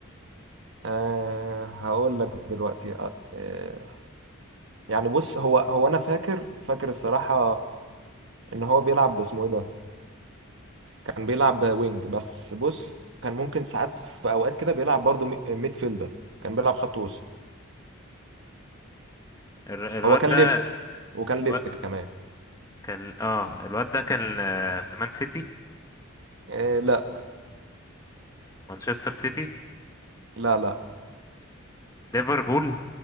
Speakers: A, on the right (about 60°); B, on the left (about 15°).
A: آه... هقول لك دلوقتي آه... آه، يعني بص هو هو انا فاكر فاكر الصراحة ان هو بيلعب باسمه ايه ده كان بيلعب وينج بس بص كان ممكن ساعات في اوقات كده بيلعب برضو مي- ميد فيلدر كان بيلعب خط وسط
B: الر- الواد
A: هو كان
B: ده
A: ليفت وكان
B: الواد
A: ليفت كمان
B: كان اه الواد ده كان آه، في مان سيتي
A: آه... لا
B: مانشستر سيتي
A: لا لا
B: ليفربول